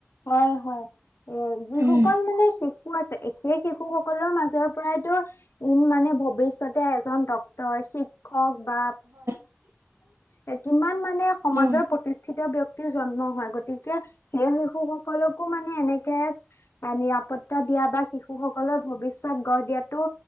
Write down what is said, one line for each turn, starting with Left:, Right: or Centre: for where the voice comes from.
Left: হয় হয় এ, যিসকল
Right: উম
Left: মানে শিশু শিশু আছে, সেই শিশুসকলৰ মাজৰ পৰাইতো উম্, মানে ভৱিষ্যতে এজন ডক্তৰ, শিক্ষক বা
Right: <inaudible>
Left: এ কিমান মানে সমাজৰ
Right: উম
Left: প্ৰতিষ্ঠিত ব্যক্তিৰ জন্ম হয়, গতিকে সেই শিশুসকলকো মানে এনেকে নিৰাপত্তা দিয়া বা শিশুসকলৰ ভৱিষ্যত গঢ় দিয়াতো,